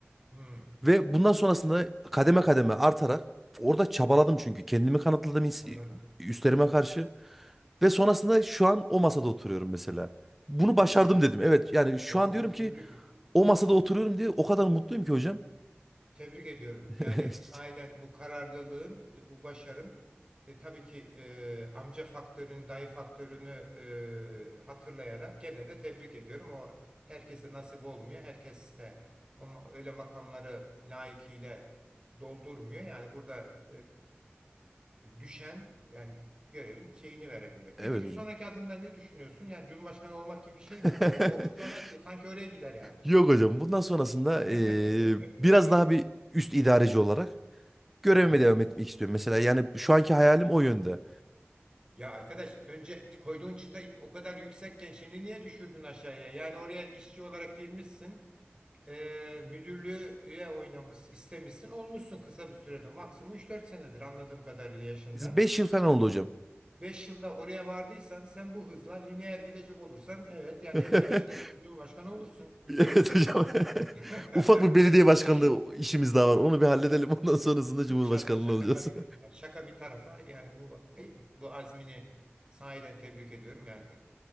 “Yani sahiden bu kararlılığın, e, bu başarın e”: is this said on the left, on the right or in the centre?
Right